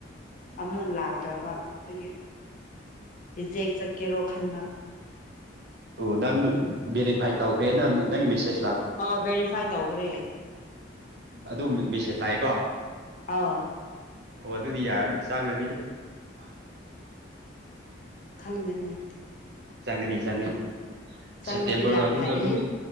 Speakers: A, on the left; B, on the right.
A: ꯑꯃꯨꯛ ꯂꯥꯛꯇ꯭ꯔꯕ ꯑꯗꯒꯤ ꯔꯤꯖꯦꯛ ꯆꯠꯀꯦꯔꯣ ꯈꯟꯕ
B: ꯑꯣ ꯅꯪ ꯕꯦꯔꯤꯐꯥꯏ ꯇꯧꯈ꯭ꯔꯦ ꯅ ꯅꯪꯒꯤ ꯃꯦꯁꯦꯁ
A: ꯑ ꯚꯦꯔꯤꯐꯥꯏ ꯇꯧꯈ꯭ꯔꯦ
B: ꯑꯗꯨ ꯃꯦꯁꯦꯖ ꯂꯥꯛꯑꯦꯀꯣ
A: ꯑꯥꯎ
B: ꯑꯣ ꯑꯗꯨꯗꯤ ꯌꯥꯔꯅꯤ ꯆꯪꯉꯅꯤꯅ <unintelligible>
A: ꯈꯪꯗꯦꯅꯦ
B: ꯆꯥꯡꯒꯅꯤ ꯆꯥꯡꯒꯅꯤ
A: ꯆꯪꯉꯗꯤ
B: ꯁꯦꯞꯇꯦꯝꯕꯔ
A: ꯌꯥꯝ
B: ꯑꯗꯨꯗ
A: ꯐꯔꯦ
B: ꯑꯗꯨꯝ